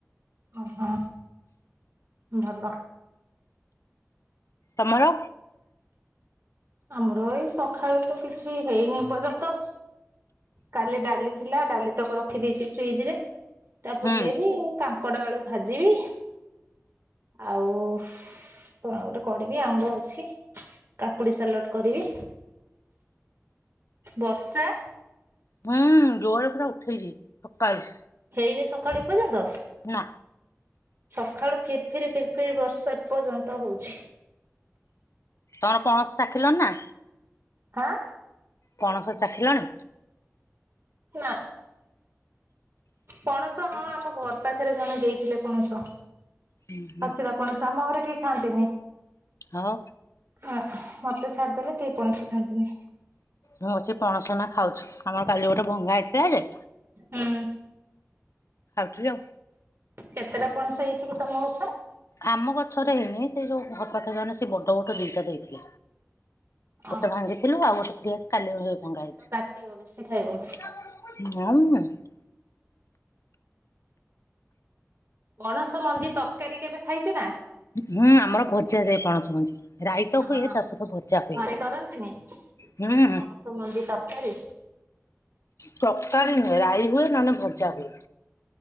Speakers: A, on the right; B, on the left.
A: ଅ ହଁ ଭଲ।
B: ତମର?
A: ଆମର ଏଇ ସଖାଳୁ ତ କିଛି ହେଇନି ଏପର୍ଯ୍ୟନ୍ତ କାଲି ଡା ଡାଲି ଥିଲା ଡାଲି ତକ ରଖିଦେଇଚି ଫ୍ରିଜ୍ ରେ ତାକୁ
B: ହୁଁ
A: ଫୁଟେଇବି କାଙ୍କଡ ଆଳୁ ଭାଜିବି। ଆଉ କଣ ଗୋଟେ କରିବି ଆମ୍ବ ଅଛି କାକୁଡି ସାଲଟ୍ କରିବି। ବର୍ଷା?
B: ହୁଁ ଜୋରେ ପୁରା ଉଠେଇଚି ସକାଳୁ।
A: ହେଇନି ସକାଳୁ ଏପର୍ଯ୍ୟନ୍ତ?
B: ନା।
A: ସଖାଳୁ ଫିର୍ ଫିରି ଫିର୍ ଫିରି ବର୍ଷା ଏପର୍ଯ୍ୟନ୍ତ ହଉଚି।
B: ତମର ପଣସ ଚାଖିଲଣି ନା?
A: ହାଁ?
B: ପଣସ ଚାଖିଲଣି?
A: ନାଁ। ପଣସ ହଁ ଆମ ଘର ପାଖରେ ଜଣେ ଦେଇଥିଲେ ପଣସ।
B: ହୁଁ ହୁଁ
A: ପାଚିଲା ପଣସ ଆମ ଘରେ କେହି ଖାଆନ୍ତିନି।
B: ହାଉ?
A: ଆଁ ମତେ ଛାଡିଦେଲେ କେହି ପଣସ ଖାଆନ୍ତିନି।
B: ମୁଁ ଅଛି ପଣସ ଏନା ଖାଉଛି ଆମର କାଲି ଗୋଟେ ଭଙ୍ଗା ହେଇଥିଲା ଯେ
A: ହୁଁ।
B: ଖାଉଚି ଆଉ।
A: କେତେଟା ପଣସ ହେଇଚି କି ତମ ଗଛରେ?
B: ଆମ ଗଛରେ ହେଇନି ସେ ଯୋଉ ଘର ପାଖେ ଜଣେ ସେ ବଡ ବଡ ଦିଟା ଦେଇଥିଲେ। ଗୋଟେ
A: ଅହ।
B: ଭାଙ୍ଗିଥିଲୁ ଆଉ ଗୋଟେ ଥିଲା କାଲି ଏଇ ଭଙ୍ଗା
A: ପେଟ
B: ହେଇଚି।
A: କାଟିବ ବେଶୀ ଖାଇବନି
B: <unintelligible>
A: ପଣସ ମଞ୍ଜି ତର୍କାରୀ କେବେ ଖାଇଚ ନା?
B: ହୁଁ ଆମର ଭଜା ଯାଏ ପଣଷ ମନ୍ଜି ରାଇତ
A: ହଁ
B: ହୁଏ ତା ସହିତ ଭଜା ହୁଏ।
A: ଘରେ କରନ୍ତିନି
B: ହୁଁ
A: ପଣସ ମନ୍ଜି ତର୍କାରୀ।
B: ତର୍କାରୀ ନୁହେଁ ରାଇ ହୁଏ ନନେ ଭଜା ହୁଏ।